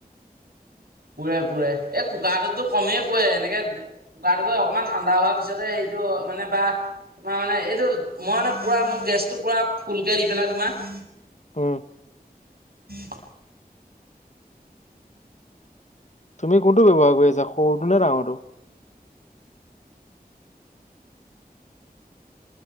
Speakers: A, on the right; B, on the left.
A: পুৰে-পুৰে। এই কুকাৰটোতো কমেই পুৰে এনেকে কুকাৰটোতো অকণমান ঠাণ্ডা হোৱাৰ পিছতে স টো মানে বা তোমাৰ মানে এইটো মই মানে পুৰা মোৰ গেছটো পুৰা ফুলকে দি পেলাই তোমাৰ
B: উম,
A: <unintelligible>
B: তুমি কোনটো বব্যৱহাৰ কৰি আছা সৰুটো নে ডাঙৰটো?